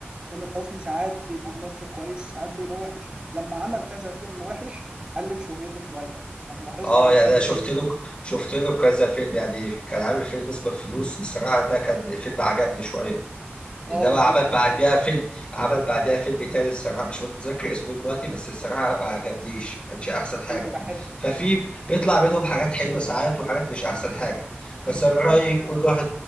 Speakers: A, on the right; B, on the left.
A: تامر حسني ساعات بيبقى ممثل كويس وساعات بيبقى وحش لما عمل كذا فيلم وحش قلت شهرته شوية لو لاحظت
B: اه
A: هتلاقي
B: يعني انا شفت
A: فيه
B: له
A: كذا-
B: شفت له كذا فيلم يعني كان عامل فيلم اسمه الفلوس الصراحة ده كان فيلم عجبني شوية
A: اه
B: انما
A: الفلوس
B: عمل
A: كان
B: بعديها
A: حلو
B: فيلم عمل بعديها فيلم تاني الصراحه مش متذكر اسمه دلوقتي بس الصراحه ما عجبنيش كانش احسن حاجه
A: فيلم بحبه
B: ففي بيطلع منهم حاجات حلوه ساعات وحاجات مش احسن حاجه بس انا من رايي
A: فأنا شايف
B: كل واحد